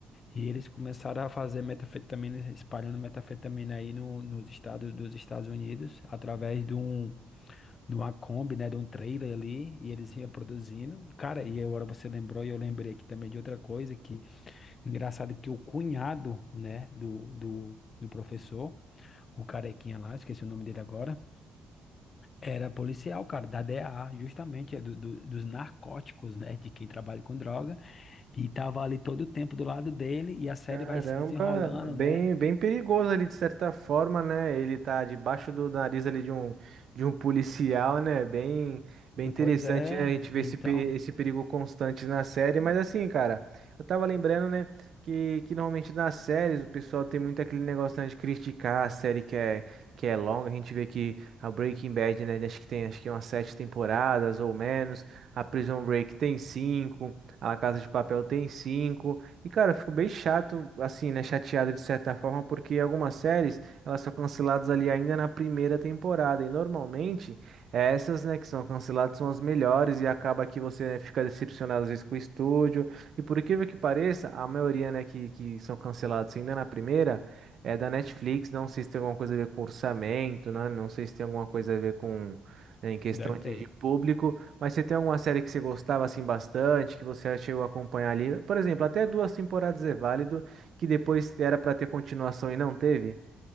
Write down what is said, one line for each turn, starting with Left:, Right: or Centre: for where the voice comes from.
Left: e eles começaram a fazer metafetamina, espalhando metafetamina aí no, nos estados dos Estados Unidos, através de, um, de uma Kombi, né, de um trailer ali, e eles iam produzindo. Cara, e agora você lembrou, e eu lembrei aqui também de outra coisa, que engraçado que o cunhado, né, do, do, do professor, o carequinha lá, esqueci o nome dele agora, era policial, cara, da DEA, justamente, é do, do- dos narcóticos, né, de quem trabalha com droga, e tava ali todo o tempo do lado dele, e a série
Right: Caramba,
Left: vai se desenrolando,
Right: bem,
Left: né?
Right: bem perigoso ali de certa forma, né? Ele tá debaixo do nariz ali de um, de um policial, né? Bem, bem interessante,
Left: Pois é,
Right: né? A gente vê
Left: então,
Right: esse, pe- esse perigo constante na série, mas assim, cara, eu tava lembrando, né, que, que normalmente nas séries o pessoal tem muito aquele negócio, né, de criticar a série que é, que é longa. A gente vê que a Breaking Bad, né, acho que tem acho que umas sete temporadas ou menos, a Prison Break tem cinco, a La Casa de Papel tem cinco. E, cara, eu fico bem chato, assim, né? Chateado de certa forma, porque algumas séries, elas são canceladas ali ainda na primeira temporada. E normalmente, eh, essas, né, que são canceladas são as melhores e acaba que você né, fica decepcionado às vezes com o estúdio. E por incrível que pareça, a maioria, né, que, que são canceladas ainda na primeira é da Netflix. Não sei se tem alguma coisa a ver com orçamento, né? Não sei se tem alguma coisa a ver com, né, em questão
Left: deve
Right: de
Left: ter.
Right: de público. Mas você tem alguma série que você gostava assim bastante, que você chegou a acompanhar ali? Por exemplo, até duas temporadas é válido, que depois era pra ter continuação e não teve?